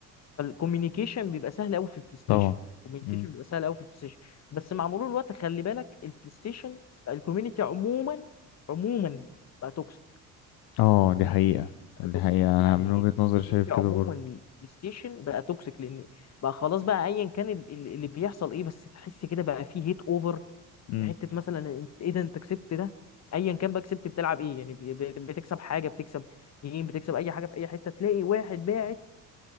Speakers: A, on the left; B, on the left.
A: فالكوميونيكيشن بيبقى سهل قوي في البلاي ستيشن
B: طبعا
A: الكوميونيكيشن
B: مم.
A: بيبقى سهل قوي في البلاي ستيشن بس مع مرور الوقت خلي بالك البلاي ستيشن الكوميونتي عموما عموما بقى توكسيك
B: اه دي حقيقة دي
A: توكسيك
B: حقيقة
A: يعني
B: انا من وجهة نظري
A: الكوميونتي
B: شايف كده
A: عموما
B: برضه
A: بلاي ستيشن بقى توكسيك لان بقى خلاص بقى ايا كان ال- ال- اللي بيحصل ايه بس تحس كده بقى فيه هيت اوفر
B: مم.
A: في حته مثلا انت ايه ده انت كسبت ده ايا كان بقى كسبت بتلعب ايه يعني ب- ب- بتكسب حاجه بتكسب جيم بتكسب اي حاجه في اي حته تلاقي واحد باعت